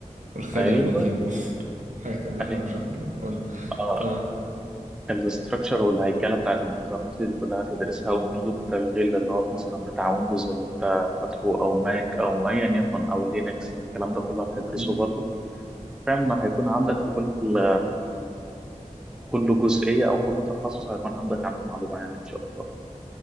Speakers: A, on the right; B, in the centre.
A: والخادم
B: أيوه
A: الوكيل والحاجات <laughs> اللي
B: أيوه
A: احنا بنشوفها العنوان
B: أه
A: تمام
B: الاستراكشر والهيكلة بتاعت الإنترنت دي كلها هتدرسها ونظم التشغيل اللي هو مثلا بتاع ويندوز اللي أنت فاتحه أو ماك أو أيا يكن أو لينكس الكلام ده كله هتدرسه
A: مم.
B: برضه فعلا هيكون عندك في كل كل جزئية أو كل تخصص هيكون عندك عنه معلومة يعني إن شاء الله